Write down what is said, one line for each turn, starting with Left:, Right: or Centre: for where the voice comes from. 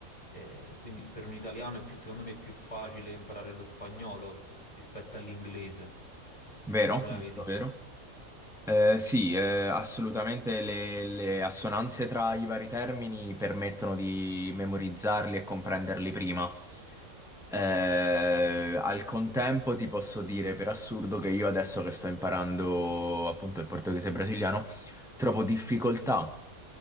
Left: Eh, quindi per un italiano è più, secondo me è più facile imparare lo spagnolo rispetto all'inglese.
Centre: Vero?
Left: Come la
Centre: Molto
Left: vedi?
Centre: vero. Eh, sì, eh, assolutamente le, le assonanze tra i vari termini permettono di memorizzarli e comprenderli prima. Eh, al contempo ti posso dire per assurdo che io adesso che sto imparando appunto il portoghese brasiliano, trovo difficoltà